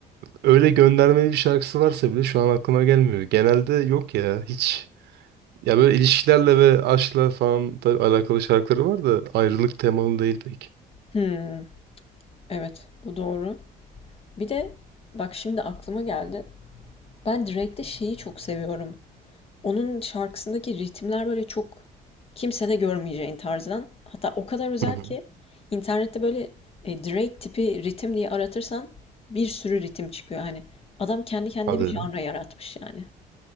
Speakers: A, on the right; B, on the left.
A: öyle göndermeli bir şarkısı varsa bile şu an aklıma gelmiyor. Genelde yok ya hiç. Ya böyle ilişkilerle ve aşkla falan tabii alakalı şarkıları var da ayrılık temalı değil pek.
B: Hmm, evet, bu doğru. Bir de bak şimdi aklıma geldi. Ben Drake'de şeyi çok seviyorum. Onun şarkısındaki ritimler böyle çok kimsede görmeyeceğin tarzdan. Hatta o kadar özel
A: Hı hı.
B: ki internette böyle e, Drake tipi ritim diye aratırsan bir sürü ritim çıkıyor. Hani adam kendi kendine
A: Hadi.
B: bir
A: öyle.
B: janra yaratmış yani.